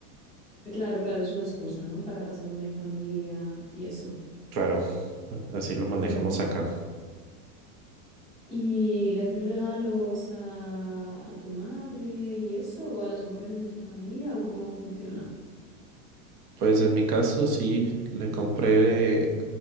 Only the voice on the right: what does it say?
Claro, así lo manejamos
acá.
Pues en mi caso sí, le compré